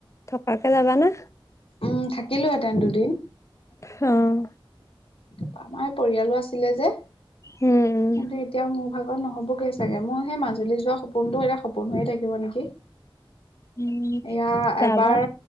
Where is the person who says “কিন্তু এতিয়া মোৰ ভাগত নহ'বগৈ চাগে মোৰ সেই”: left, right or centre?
Left